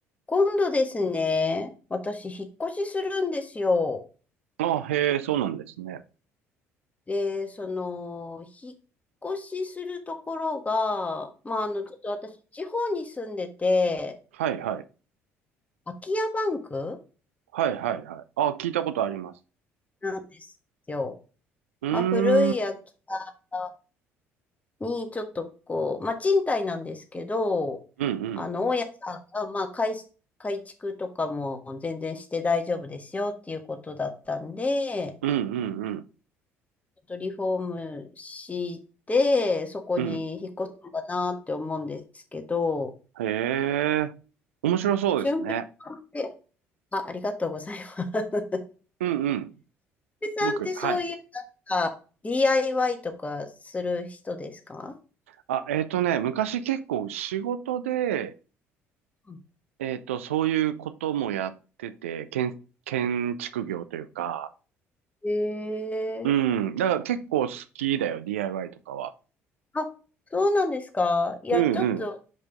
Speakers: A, on the left; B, on the right.
A: 今度ですね、私、引っ越しするんですよ。
B: あ、へえ、そうなんですね。
A: で、その、引っ越しするところが、まあ、あの、ちょっと私、地方に住んでて、
B: はいはい。
A: 空き家バンク
B: はいはいはい。あ、聞いたことあります。
A: なんですよ。
B: うーん。
A: まあ、古い空き
B: うん
A: 家に、ちょっとこう、まあ、賃貸なんですけど、
B: うん。
A: あの、大家さんが、まあ、改、改築とかも全然して大丈夫ですよっていうことだったんで、
B: うんうんうん。
A: ちょっとリフォームして、そこに引っ越すのかなって思うんですけど、
B: うん。へえ。面白そうですね。
A: 俊平さんって、あ、ありがとうございます。俊
B: うんうん。
A: 平さんってそういう、
B: 僕、はい。
A: なんか、DIY とかする人ですか
B: あ、えっとね、昔結構仕事で、
A: うん
B: えっと、そういうこともやってて、建、建築業というか、
A: ええ
B: うん。だから結構好きだよ、DIY とかは。
A: ーあ、そうなんですかいや、
B: うんうん。
A: ちょっと